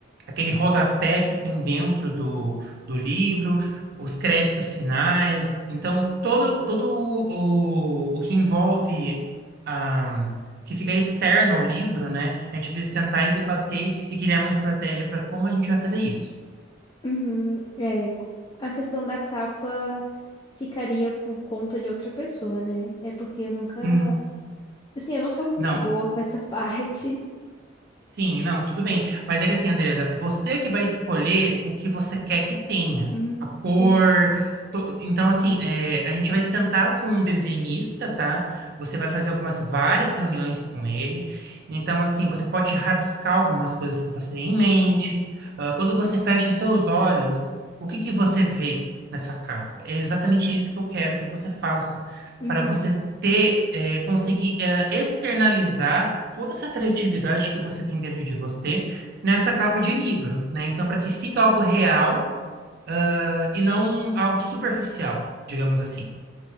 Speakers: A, on the right; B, on the left.
A: aquele rodapé que tem dentro do, do livro os créditos finais. Então, todo, todo o, o, o que envolve, ah, que fica externo ao livro, né? A gente precisa sentar e debater e criar uma estratégia para como a gente vai fazer isso.
B: Uhum, é, a questão da capa ficaria por conta de outra pessoa, né? É porque eu nunca.
A: Hum,
B: Assim, eu não sou muito
A: não,
B: boa com essa <laughs> parte.
A: Sim, não, tudo bem. Mas é que assim, Andresa, você que vai escolher o que você quer que tenha.
B: Hum,
A: A cor.
B: entendi.
A: to- Então, assim, é, a gente vai sentar com um desenhista, tá? Você vai fazer algumas, várias reuniões com ele. Então, assim, você pode rabiscar algumas coisas que você tem em mente. Ah, quando você fecha os seus olhos, o que que você vê nessa capa? É exatamente isso que eu quero que você faça.
B: Uhum,
A: Para você ter, eh, conseguir, eh, externalizar toda essa criatividade que você tem dentro de você nessa capa de livro, né? Então, para que fique algo real, ah, e não algo superficial, digamos assim.